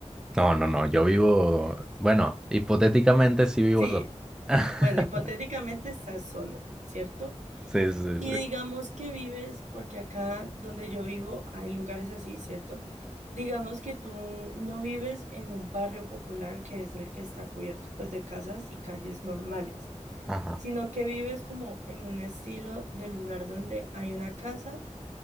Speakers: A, in the centre; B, on the right (about 85°).
A: No, no, no, yo vivo, bueno, hipotéticamente sí vivo
B: Sí,
A: solo. <laughs>
B: bueno, hipotéticamente estás solo, ¿cierto?
A: Sí, sí,
B: Y
A: sí.
B: digamos que vives, porque acá donde yo vivo hay lugares así, ¿cierto? Digamos que tú no vives en un barrio popular que es el que está cubierto pues de casas y calles normales,
A: Ajá.
B: sino que vives como en un estilo de lugar donde hay una casa